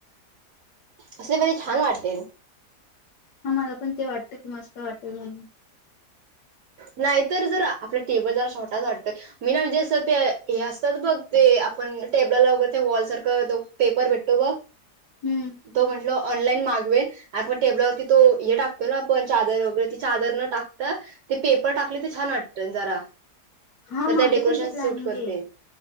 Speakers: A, on the right; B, on the left.
A: असे <unintelligible> छान वाटते.
B: हा मला पण ते वाटत मस्त वाटेल म्हणून, <unintelligible>
A: नाहीं तरं जरं आपला टेबल जरां शॉटाचं वाटतं मी ना म्हणजे असं ते हे असतांत बघं ते आपणं टेबलांला वगैरें ते वॉल सारखं पेपर भेटतो बघं
B: हम्म
A: तो म्हटलं ऑनलाईन मागवेल आपणं टेबलवरंती तो हे टाकतो नां आपणं चादरं वगैरें ती चादरं नं टाकं तां तरं ते पेपर टाकले तरं छांन वाटतं जरां
B: हा
A: तरं
B: माझं
A: त्यां डेकोरेशंन
B: पण ते प्लॅनिंग
A: सूंट करते
B: आहे